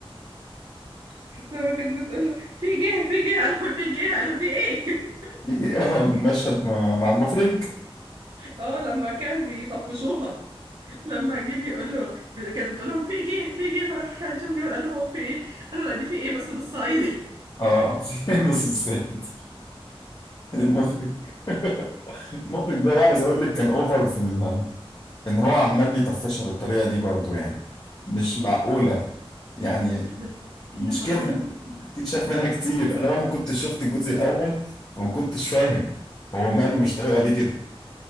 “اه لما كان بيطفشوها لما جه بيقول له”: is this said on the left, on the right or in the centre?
Right